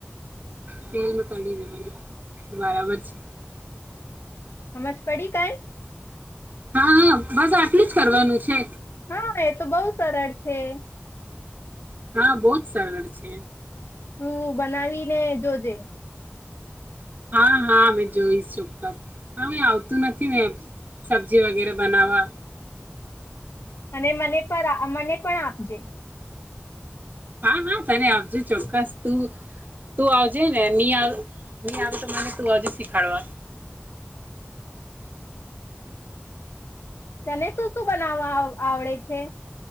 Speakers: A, on the right; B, on the left.
A: તેલમાં તડી દેવાનું બરાબર છે,
B: હમજ પડી કાઈ?
A: હા બસ આટલું જ કરવાનું છે.
B: હા એ તો બઉુ સરળ છે.
A: હા બહુ જ સરળ છે.
B: તું બનાવીને જોજે.
A: હા હા અમે જોઈશ ચોક્કસ હવે આવતું નથી મેને સબ્જી વગેરે બનાવવા.
B: અને મને પણ મને પણ આપજે
A: હા હા તને આવજે ચોક્કસ તું તું આવજે ને આવ તો મને તું આવજે શીખાડવા.
B: તને શું શું બનાવવા આવ આવડે છે?